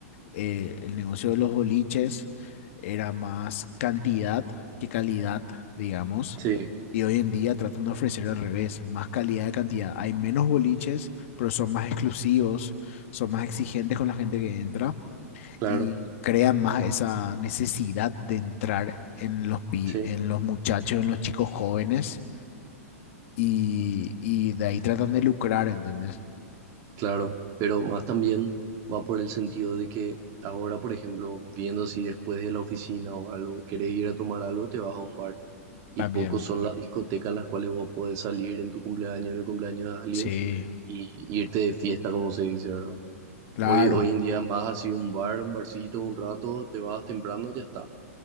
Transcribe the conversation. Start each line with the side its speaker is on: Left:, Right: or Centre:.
Left: eh, el negocio de los boliches era más cantidad que calidad, digamos.
Right: sí,
Left: Y hoy en día tratan de ofrecer al revés, más calidad de cantidad. Hay menos boliches, pero son más exclusivos, son más exigentes con la gente que entra
Right: claro,
Left: y crean más esa necesidad de entrar en los, pi-
Right: sí,
Left: en los muchachos, en los chicos jóvenes y, y de ahí tratan de lucrar, ¿entendés?
Right: claro. Pero más también va por el sentido de que ahora, por ejemplo, viendo si después de la oficina o algo, querés ir a tomar algo, te vas a un bar. Y
Left: También,
Right: pocos son las discotecas en las cuales vos podés salir en tu cumpleaños, en el cumpleaños de alguien
Left: sí.
Right: y y irte de fiesta, como se dice, ¿verdad?
Left: Claro.
Right: Hoy, hoy en día más así un bar, un barcito, un rato, te vas temprano, ya está.